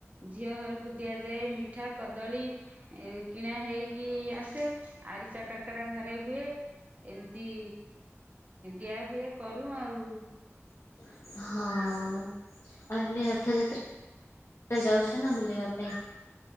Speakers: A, on the right; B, on the left.
A: ଝିଅ ଘରକୁ ଦିଆଯାଏ ମିଠା କଦଳୀ କିଣା ହେଇକି ଆସେ ଆରିସା କାକରା ଘରେ ହୁଏ। ଏମିତି ଦିଆ ହୁଏ କରୁ ଆଉ।
B: ହଁ। ଆଉ ଏବେ ରଥଯାତ୍ରା ଯାଉଛ ନା ବୁଲିବା ପାଇଁ।